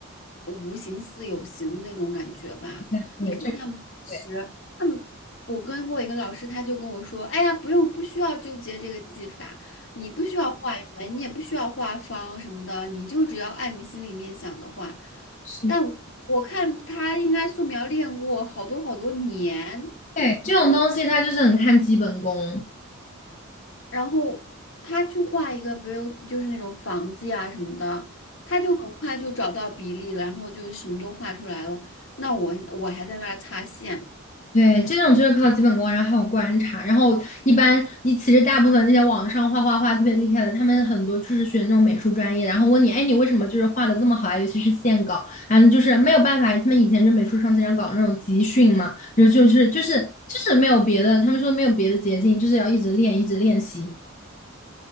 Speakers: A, on the left (about 60°); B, on the left (about 35°).
A: 无形似有形的那种感觉吧。
B: 对，
A: 你看他们其实，
B: 这对
A: 他们，我跟过一个老师，他就跟我说：“哎呀，不用，不需要纠结这个技法，你不需要画圆，你也不需要画方什么的，你就只要按你心里面想的画。”
B: 是。
A: 但我看他应该素描练过好多好多年，
B: 对，这种东西它就是很看基本功。
A: 然后他去画一个，比如就是那种房子呀什么的，他就很快就找到比例了，然后就什么都画出来了。那我我还在那儿擦线，
B: 对，这种就是靠基本功，然后还有观察，然后一般一其实大部分那些网上画画画特别厉害的，他们很多就是学那种美术专业，然后问你，哎，你为什么就是画的这么好啊？尤其是线稿，反正就是没有办法，他们以前就美术生经常搞那种集训嘛，然后就是就是就是没有别的，他们说没有别的捷径，就是要一直练，一直练习。